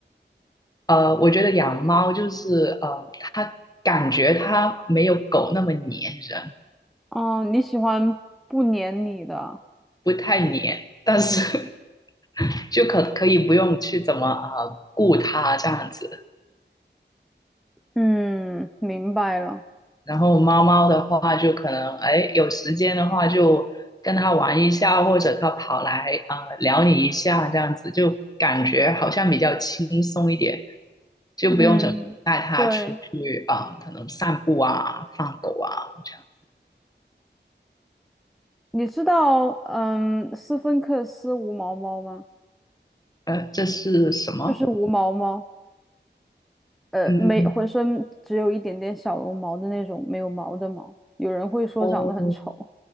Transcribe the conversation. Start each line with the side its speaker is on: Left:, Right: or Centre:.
Left: 呃，我觉得养猫就是呃，它感觉它没有狗那么粘人，
Centre: 哦，你喜欢不粘你的？
Left: 不太粘，但是 <laughs> 就可可以不用去怎么呃顾它这样子。
Centre: 嗯，明白了。
Left: 然后猫猫的话，就可能哎有时间的话就跟它玩一下，或者它跑来啊、呃撩你一下这样子，就感觉好像比较轻松一点，就不用整天带它出去啊、
Centre: 嗯，对，
Left: 呃可能散步啊、放狗啊这样。
Centre: 你知道，嗯，斯芬克斯无毛猫吗？
Left: 呃，这是什么？
Centre: 就是无毛猫，呃，
Left: 嗯，
Centre: 没浑身只有一点点小绒毛的那种，没有毛的毛。有人会说长得很丑，
Left: 哦，